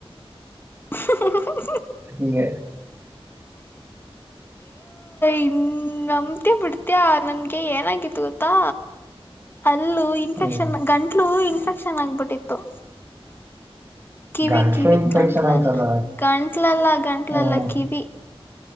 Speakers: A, on the left; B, on the right.
A: <inaudible>
B: ಹಿಂಗೆ
A: ಇನ್ ನಂಬ್ತಿಯ ಬಿಡ್ತೀಯ ನನ್ಗೆ ಏನಾಗಿತ್ತು ಗೊತ್ತಾ ಅಲ್ಲು ಇನ್ಫೆಕ್ಷನ್
B: ಹ್ಮ್
A: ಗಂಟ್ಲು ಇನ್ಫೆಕ್ಷನ್ ಚೆನ್ನಾಗಬಿಟ್ಟಿತ್ತು ಕಿವಿ
B: ಗಂಟ್ಲು
A: ಕಿವಿ
B: ಇನ್ಫೆಕ್ಷನ್
A: ಗಂಟ್ಲಲ್ಲ
B: ಆಯ್ತದ
A: ಗಂಟ್ಲಲ್ಲ ಗಂಟ್ಲಲ್ಲ
B: ಹ್ಮ್
A: ಕಿವಿ